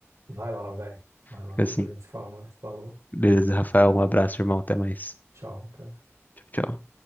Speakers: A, on the right (about 85°); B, on the left (about 35°).
A: vai lá, velho. Vai lá.
B: Fica
A: Depois
B: assim.
A: a gente se fala mais. Falou.
B: Beleza, Rafael, um abraço, irmão. Até mais.
A: Tchau, cara.
B: Tchau, tchau.